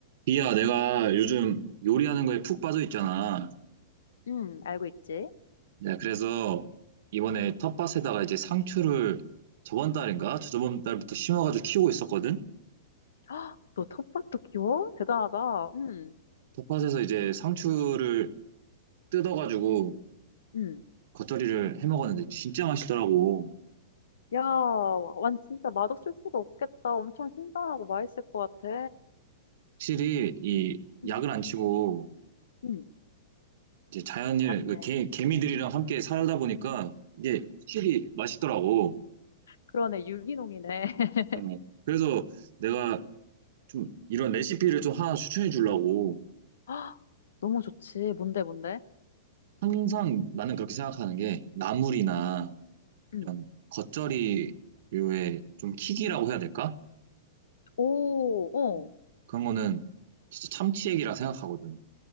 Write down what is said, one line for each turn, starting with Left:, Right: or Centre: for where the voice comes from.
Right: 비야, 내가 요즘 요리하는 거에 푹 빠져 있잖아.
Left: 응, 알고 있지?
Right: 네, 그래서 이번에 텃밭에다가 이제 상추를 저번 달인가? 저저번 달부터 심어가지고 키우고 있었거든?
Left: <gasps> 헉, 너 텃밭도 키워? 대단하다. 응,
Right: 텃밭에서 이제 상추를 뜯어가지고
Left: 응.
Right: 겉절이를 해 먹었는데 진짜 맛있더라고.
Left: 야, 완 진짜 맛없을 수가 없겠다. 엄청 신선하고 맛있을 것 같아.
Right: 확실히 이
Left: 응,
Right: 약을 안 치고
Left: 응,
Right: 이제 자연일,
Left: 맞네.
Right: 그 개, 개미들이랑 함께 살다 보니까 이게 확실히 맛있더라고.
Left: 그러네. 유기농이네. <gasps>
Right: 어,
Left: <laughs>
Right: 그래서 내가 좀 이런 레시피를 좀 하나 추천해 주려고.
Left: 아, 너무 좋지. 뭔데, 뭔데?
Right: 항상 나는 그렇게 생각하는 게 나물이나
Left: 응, 응.
Right: 이런 겉절이류의 좀 킥이라고 해야 될까?
Left: 오, 어.
Right: 어, 그런 거는 진짜 참치액이라 생각하거든.